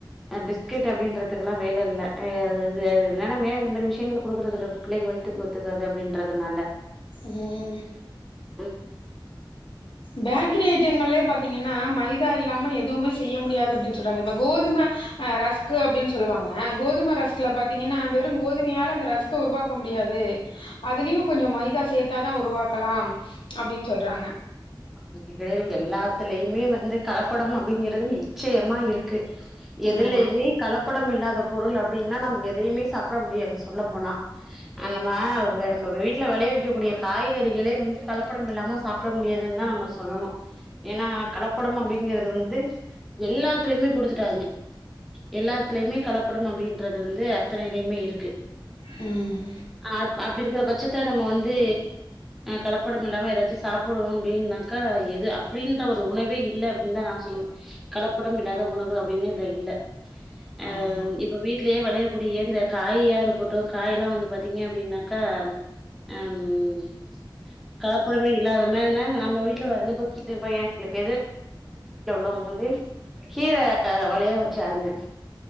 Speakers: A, in the centre; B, on the left.
A: பிஸ்கட் அப்டின்றதுக்கு எல்லா வேல இல்ல அது இதெல்லா நம்ம ஏ இந்த மாரி விஷயங்கள் குடுக்குறது இல்ல பிள்ளைக்கு வயித்துக்கு ஒத்துக்காது அப்டின்றதுனால
B: ம்
A: ம்
B: பேக்கரி ஐட்டங்கள்லயே பாத்தீங்கன்னா மைதா இல்லாம எது எதுவுமே செய்ய முடியாது அப்டின்னு சொல்றாங்க இப்ப கோதும ஆ ரஸ்க்கு அப்டின்னு சொல்லுவாங்க கோதும ரஸ்க்குல பாத்தீங்கன்னா வெறு கோதுமையால அந்த ரஸ்க உருவாக்க முடியாது அதுலேயு கொஞ்சோ மைதா சேத்தா தா உருவாக்கலா அப்படின்னு சொல்றாங்க
A: அப்டிப்பிடி கெடையாது எல்லாத்துலயுமே வந்து கலப்படம் அப்டிங்கிறது நிச்சயமா இருக்கு எதுலயுமே
B: ஆமாம்
A: கலப்படம் இல்லாத பொருள் அப்டின்னா நம்ம எதையுமே சாப்பிட முடியாது சொல்ல போனா ஆ நம்ம வெ நம்ம வெளி வீட்ல வெளைய வைக்கக்கூடிய காய்கறிகளே வந்து கலப்படம் இல்லாம சாப்பிட முடியாதுன்னு தா நம்ம சொல்லணு ஏன்னா கலப்படம் அப்டிங்குறது வந்து எல்லாத்துலயுமே குடுத்துட்டாங்க எல்லாத்துலயுமே கலப்படம் அப்டின்றது வந்து அத்தனையிலையுமே இருக்கு
B: ம்
A: ஆ அப்டி இருக்கிற பட்சத்துல நம்ம வந்து கலப்படம் இல்லாம ஏதாச்சும் சாப்பிடுவோம் அப்டின்னாக்கா எது அப்டின்ற ஒரு உணவே இல்ல அப்டின்னு தா நா சொல்லுவே கலப்படம் இல்லாத உணவு அப்டின்னு இதுல இல்ல அஹ்
B: ஆமாம்
A: இப் ப வீட்லயே வெளையக்கூடிய இந்த காயியா இருக்கட்டும் காய் எல்லா வந்து பாத்தீங்க அப்டின்னாக்கா ஹம் கலப்படமே இல்லாத மாரினா நம்ம வீட்ல வந்து இப்போ கீழ பையங்களுக்கு எது உள்ளவங்க வந்து கீரை வளையா வச்சாங்க